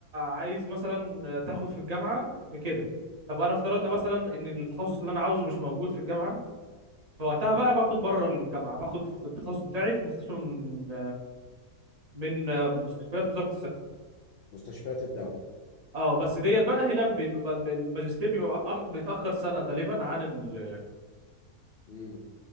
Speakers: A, on the right; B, on the left.
A: عايز مثلا تاخد في الجامعة بكده طب انا افترضنا مثلا ان التخصص اللي انا عاوزه مش موجود في الجامعة فوقتها بقى باخد بره الجامعة باخد في التخصص بتاعي في مستشفى من من مستشفيات وزارة الصحة
B: مستشفيات الدولة
A: اه بس ديت بقى هنا بيبقى بيبقى- الماجستير بيبقى بأ- بيتأخر سنة غالبا عن ال
B: مم.